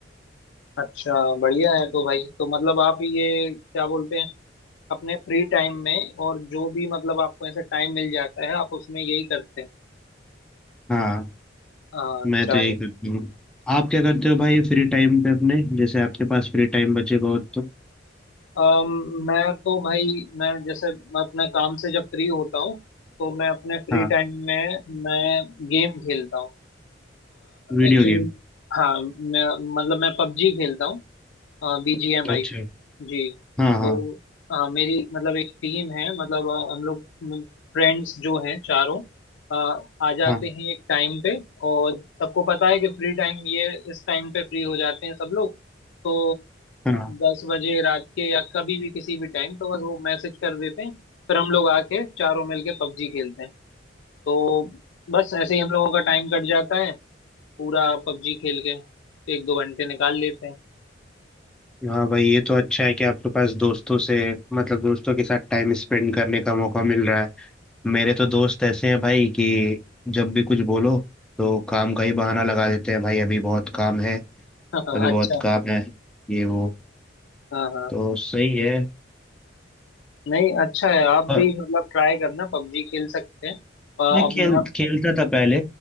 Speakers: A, on the left; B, in the centre.
A: अच्छा बढ़िया है तो भाई तो मतलब आप ये क्या बोलते हैं अपने फ्री टाइम में और जो भी मतलब आपको ऐसा टाइम मिल जाता है आप उसमें यही करते हैं
B: हाँ
A: हाँ,
B: मैं
A: अच्छा
B: तो यही
A: है
B: करती हूँ आप क्या करते हो भाई फ्री टाइम पे अपने जैसे आपके पास फ्री टाइम बचे बहुत तो
A: अम, मैं तो भाई मैं जैसे मैं अपने काम से जब फ्री होता हूँ तो मैं अपने फ्री
B: हाँ
A: टाइम में मैं गेम खेलता हूँ
B: Video
A: एक्चुअली
B: game
A: हाँ मैं मतलब मैं पबजी खेलता हूँ बीजीएमआई
B: अच्छा
A: जी
B: हाँ हाँ
A: तो अ, मेरी मतलब एक टीम है मतलब अ, हम लोग मतलब फ्रेंड्स जो हैं चारों अ, आ जाते
B: हाँ
A: हैं एक टाइम पे और सबको पता है कि फ्री टाइम ये इस टाइम पे फ्री हो जाते हैं सब लोग तो
B: हाँ
A: दस बजे रात के या कभी भी किसी भी टाइम तो बस वो मैसेज कर देते हैं फिर हम लोग आके चारों मिलके पबजी खेलते हैं तो बस ऐसे ही हम लोगों का टाइम कट जाता है पूरा पबजी खेल के एक दो घंटे निकाल लेते हैं
B: हाँ भाई ये तो अच्छा है कि आपके पास दोस्तों से मतलब दोस्तों के साथ टाइम स्पेंड करने का मौका मिल रहा है मेरे तो दोस्त ऐसे हैं भाई कि जब भी कुछ बोलो तो काम का ही बहाना लगा देते हैं भाई अभी बहुत काम है
A: <laughs>
B: अभी बहुत
A: अच्छा
B: काम है ये वो
A: हाँ हाँ
B: तो सही है
A: नहीं अच्छा है आप
B: और
A: भी मतलब ट्राई करना पबजी खेल सकते हैं अ, अपना
B: मैं खेल खेलता था पहले